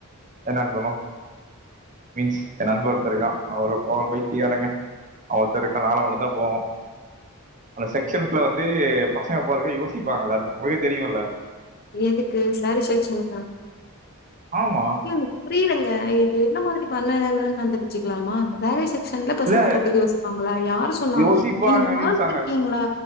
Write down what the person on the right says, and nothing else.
என்ன <unintelligible> மீன்ஸ் ஏ நண்ப ஒருத்த இருக்கா அவர போல பைத்திகாரங்க அவ ஒத்த இருக்க நானு அவனுந்தா போவோ அந்த செக்க்ஷன்குல வந்து பசங்க போறக்கு யோசிப்பாங்க எல்லாருமே உங்களுக்கே தெரியு இல்ல
ஆமா
இல்ல
யோசிப்பாங்க
மீன்ஸ் அங்க